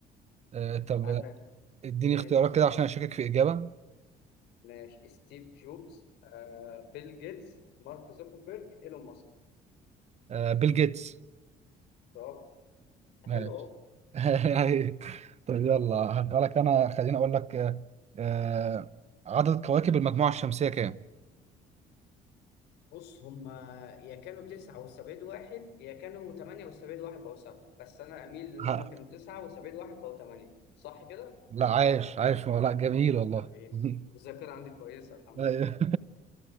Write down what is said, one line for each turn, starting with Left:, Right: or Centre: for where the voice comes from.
Right: أه طب
Left: عندك
Right: اديني
Left: إيه؟
Right: اختيارات كده عشان اشكك في اجابه
Left: ماشي ستيف جوبز آه بيل جيتس مارك زوكربيرج ايلون ماسك
Right: أه بيل جيتس
Left: طب
Right: ماشي
Left: حلو اهو
Right: <laughs> أيوة. طيب يلا هسألك أنا خليني أقول لك آه، آه، عدد كواكب المجموعة الشمسية كام؟
Left: بص هما يا كانوا تسعة وسبعين واحد يا كانوا تمانية وسبعين واحد بقوا سبعة بس أنا أميل إن
Right: ها،
Left: هما كانوا تسعة وسبعين واحد بقوا تمانية صح كده؟
Right: لا عايش عايش لا جميل والله
Left: حبيبي
Right: <laughs>
Left: الذاكرة عندي كويسة الحمد
Right: أيوه.
Left: لله